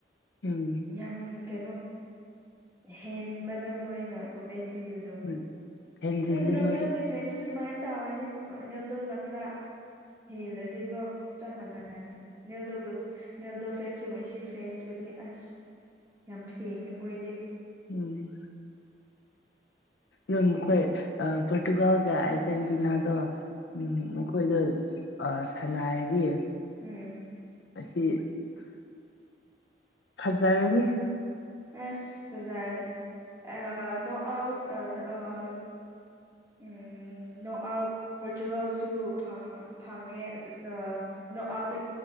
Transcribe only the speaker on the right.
ꯌꯥꯝ ꯀꯩꯅꯣ ꯍꯦꯟꯕꯗꯣ ꯃꯣꯏꯅ ꯀꯣꯃꯦꯟ ꯄꯤꯕꯗꯣ
ꯔꯣꯅꯥꯜꯗꯣꯒꯤ
ꯐꯦꯟꯁ ꯁꯨꯃꯥꯏꯅ ꯇꯧꯔꯅꯤ ꯔꯣꯅꯦꯜꯗꯣꯅ ꯈꯔ ꯍꯦꯜꯂꯗꯤꯀꯣ ꯆꯞ ꯃꯅꯔꯅꯤ ꯅꯦꯜꯗꯣꯒ ꯅꯦꯜꯗꯣ ꯐꯦꯟꯁꯁꯨ ꯃꯦꯁꯤ ꯐꯦꯟꯁꯀꯗꯤ ꯑꯁ ꯌꯥꯝ ꯐꯦꯡꯉꯦ ꯃꯣꯏꯗꯤ
ꯎꯝ
ꯑꯁ ꯐꯖꯔꯅꯤ ꯑꯥ ꯅꯣ ꯑꯥꯎꯠ ꯑꯥ ꯎꯝ ꯅꯣ ꯑꯎꯠ ꯄꯣꯔꯇꯨꯒꯥꯜꯁꯨ ꯐꯪ ꯐꯪꯉꯦ ꯑꯗꯨꯒ ꯅꯣ ꯑꯎꯠ